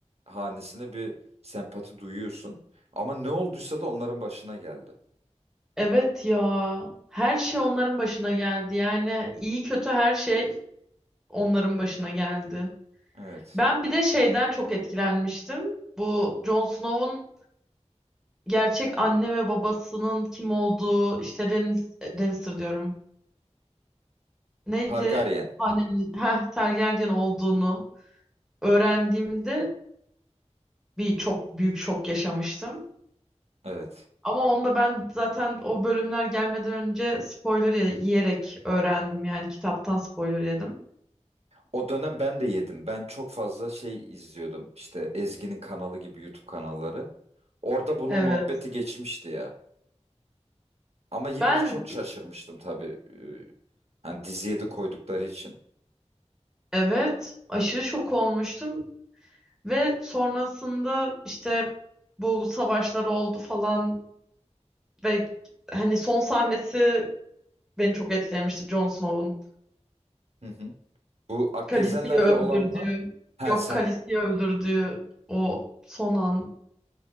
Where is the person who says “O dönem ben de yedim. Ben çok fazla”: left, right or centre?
Right